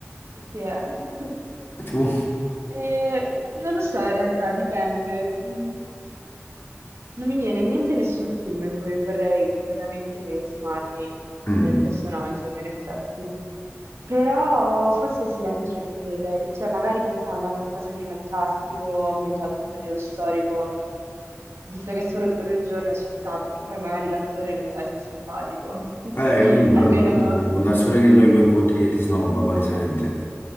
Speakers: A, on the right (about 70°); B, on the left (about 50°).
A: sì, eh. <laughs>
B: Tu?
A: Eh, non lo so, in realtà dipende. Mm. Non mi viene in mente nessun film in cui vorrei completamente immedesimarmi
B: Mm.
A: nel personaggio, in effetti. Però forse sì, anche io preferirei, cioè magari pensando a qualcosa di fantastico ambientato in un periodo storico, visto che solo per un giorno ci sta, perché poi magari l'attore non sai se è simpatico. <laughs>
B: Eh, capito,
A: Almeno,
B: alla fine devo dare solo che lo, lo incontri e ti snobba palesemente.